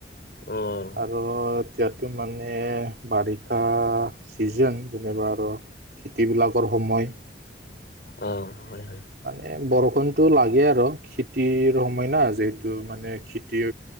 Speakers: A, on the left; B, on the right.
A: অ
B: আৰু এতিয়াতো মানে বাৰিষা ছিজন যেনিবা আৰু খেতিবিলাকৰ সময়।
A: অঁ হয় হয়।
B: মানে বৰষুণতটো লাগে আৰ খেতিৰ সময় না যিহেতু মানে খেতি